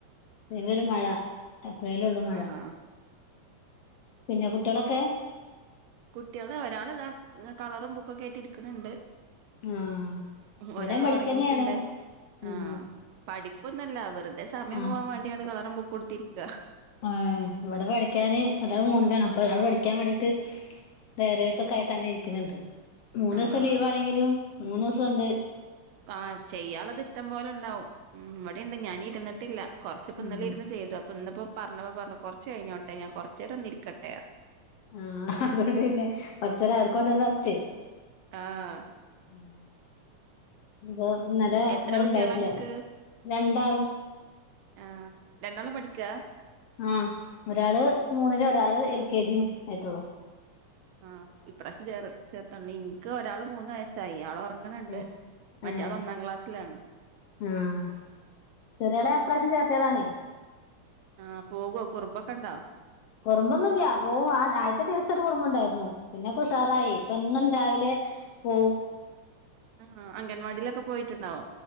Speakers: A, on the left; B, on the right.
A: പിന്നൊരു മഴ എപ്പഴേലൊള്ളൂ മഴ
B: ആഹ്
A: പിന്നെ കുട്ടെളൊക്കെ?
B: കുട്ടികള് ഒരാള് താ ക വറും ബുക്കൊക്കെയിട്ട് ഇരിക്കണണ്ട്
A: ആഹ്
B: ഹും
A: ഇവിടേം
B: ഒരാള്
A: പഠിക്കന്നെയാണ്
B: ഒറങ്ങിട്ടുണ്ട്
A: ഉം
B: ആഹ് പഠിപ്പൊന്നല്ല വെറുതെ സമയം
A: ആ
B: പോകാവേണ്ടിയാണ് കളറും ബുക്കും ടുത്തിരിക്കാ
A: ആഹ് ഏഹ് ഇവടെ പഠിക്കാന് ഒരാള് മൂന്നിലാണ് അപ്പൊ ഒരാള് പഠിക്കാൻ വേണ്ടീട്ട് തെരെഴുത്തൊക്കായിട്ട ങ്ങനെ ഇരിക്ക്ണണ്ട് മൂന്നൂസം
B: ആഹ്
A: ലീവാണെങ്കിലും മൂന്നോസം ഒണ്ട്
B: ആഹ് ചെയ്യാള്ളത് ഇഷ്ടം പോലെ ണ്ടാവും ഉം വടെണ്ട് ഞാനിരുന്നിട്ടില്ല കൊറച്ച് പ്പൊ ന്നലെ
A: ആഹ്
B: ഇരുന്ന് ചെയ്തു അപ്പൊ ഇന്നിപ്പോ പറഞ്ഞപ്പ പറഞ്ഞു കൊറച്ചെയ്ഞ്ഞോട്ടെ ഞാൻ കൊറച്ചേരൊന്നിരിക്കട്ടെ
A: ആഹ് അതോണ്ട് പിന്നെ കൊർച്ചേര അവർക്കോണ്ടെ റസ്റ്റ്‌.
B: ആഹ്.
A: ആഹ്. വോ ഇന്നലെ
B: എത്ര
A: വടെണ്ടായിട്ടില്ല
B: കുട്ടികളാ ഇങ്ങക്ക്
A: രണ്ടാള്.
B: ആഹ് രണ്ടാളും പഠിക്ക.
A: ആഹ് ഒരാള് മൂന്നില് ഒരാള് എൽ കെ ജിയും ആയിട്ടൊള്ളൂ.
B: ആഹ് ഇപ്രാശം ചേർ ചേർത്തന്നിൻ ക്കൊരാള് മൂന്ന് വയസ്സായി ആളൊർ ങ്ങ്ണ് ണ്ട്
A: ഏഹ്
B: മറ്റാള്
A: ഏഹ്
B: ഒന്നാം ക്ലാസ്സിലാണ്.
A: ആഹ് ചെറ്യാളെ അപ്രാവശ്യം ചേർത്ത്യതാണെ.
B: ആഹ് പോകോ കുർമ്പൊക്കണ്ടോ.
A: കുറുമ്പൊന്നുല്ല പോവു ആദ് ആദ്യത്തെ ദിവസരു കുറുമ്പുണ്ടായിര്ന്നു. പിന്നെകുഷാറായി
B: ആഹ്
A: ഇപ്പന്നും രാവിലെ പോ
B: ആഹ് അംഗൻവാടിലൊക്കെ പോയിട്ടുണ്ടാവോ.